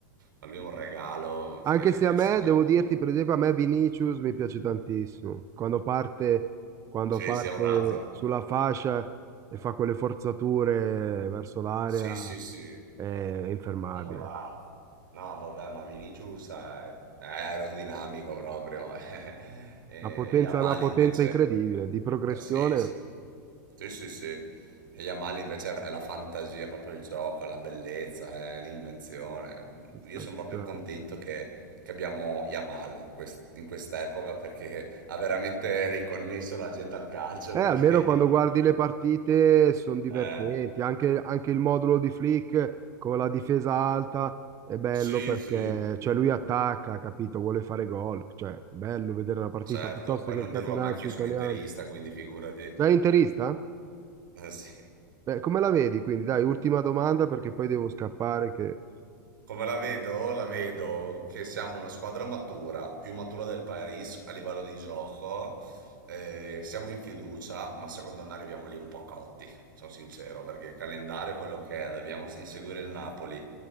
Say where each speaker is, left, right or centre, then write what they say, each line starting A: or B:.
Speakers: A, on the right; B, on the right.
A: Ma lui è un regalo
B: Anche
A: che,
B: se
A: che
B: a
A: il
B: me,
A: signore.
B: devo dirti, per esempio, a me Vinicius mi piace tantissimo. Quando parte, quando
A: Sì,
B: parte
A: sì, è un razzo.
B: sulla fascia e fa quelle forzature verso l'area.
A: Sì, sì, sì.
B: è, è infermabile.
A: Bravo. No, vabbè, ma Vinicius è, è aerodinamico proprio. eh. <laughs> E
B: Una potenza,
A: Yamal
B: una potenza
A: invece...
B: incredibile, di progressione.
A: Eh, sì, sì. Sì, sì, sì. E Yamal invece è la fantasia, è proprio il gioco, è la bellezza, è l'invenzione.
B: Ci sta,
A: Io sono
B: ci
A: proprio
B: sta.
A: contento che, che abbiamo Yamal in quest- in questa epoca perché ha veramente riconnesso la gente al calcio
B: Eh,
A: perché...
B: almeno quando guardi
A: <laughs>
B: le partite sono divertenti,
A: Eh,
B: anche, anche il modulo di Flick con la difesa alta è bello
A: sì,
B: perché
A: sì.
B: cioè, lui attacca, capito? Vuole fare gol, cioè è bello vedere la partita
A: Certo,
B: piuttosto
A: poi
B: che
A: non
B: il catenaccio
A: dirlo a me che io
B: italiano.
A: sono interista, quindi figurati.
B: Sei interista?
A: Eh sì.
B: Beh, come la vedi? Quindi dai, ultima domanda perché poi devo scappare che...
A: Come la vedo? La vedo che siamo una squadra matura, più matura del Paris a livello di gioco. Eh, siamo in fiducia, ma secondo me arriviamo lì un po' cotti, sono sincero, perché il calendario è quello che è, dobbiamo inseguire il Napoli.